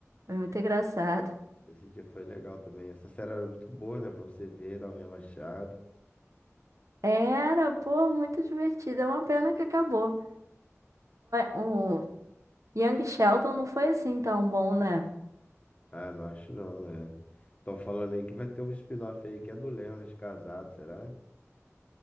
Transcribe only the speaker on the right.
Foi muito engraçado.
Era, pô, muito divertido. É uma pena que acabou. Um, Young Sheldon não foi assim tão bom, né?